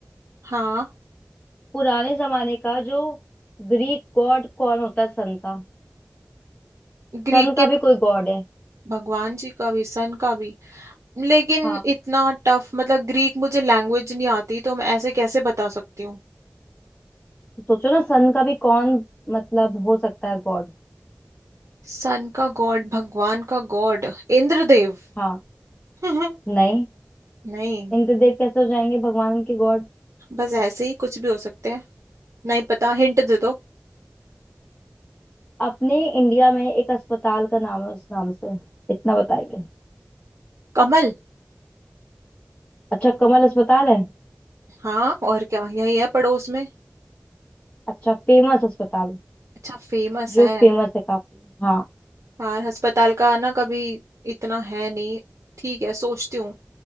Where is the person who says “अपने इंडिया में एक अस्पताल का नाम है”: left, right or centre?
Left